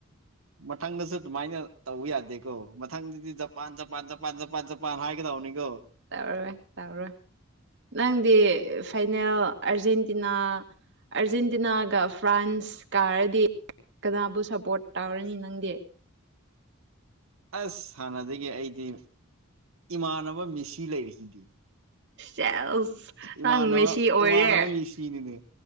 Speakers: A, on the right; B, on the right.
A: ꯃꯊꯪꯗꯁꯨ ꯑꯗꯨꯃꯥꯏꯅ ꯇꯧꯕ ꯌꯥꯗꯦ ꯀꯣ ꯃꯊꯪꯗꯗꯤ Japan Japan Japan Japan Japan ꯍꯥꯏꯒꯗꯧꯅꯤꯀꯣ
B: ꯇꯧꯔꯣꯏ ꯇꯧꯔꯣꯏ ꯅꯪꯗꯤ ꯐꯥꯏꯅꯦꯜ ꯑꯔꯖꯦꯟꯇꯤꯅꯥ ꯑꯥꯔꯖꯦꯟꯇꯤꯅꯥꯒ ꯐ꯭ꯔꯥꯟꯁ ꯀꯥꯔꯗꯤ ꯀꯅꯥꯕꯨ ꯁꯞꯄꯣꯔꯠ ꯇꯧꯔꯅꯤ ꯅꯪꯗꯤ
A: ꯑꯁ ꯍꯥꯟꯅꯗꯒꯤ ꯑꯩꯗꯤ ꯏꯃꯥꯟꯅꯕ ꯃꯤꯁꯤ ꯂꯩꯔꯤꯁꯤꯗꯤ
B: ꯁꯦꯁ
A: ꯏꯃꯥꯟꯅꯕ
B: ꯅꯪ ꯃꯦꯁꯤ ꯑꯣꯏꯔꯦ
A: ꯏꯃꯥꯟꯅꯕ ꯃꯤꯁꯤꯅꯤꯅꯦ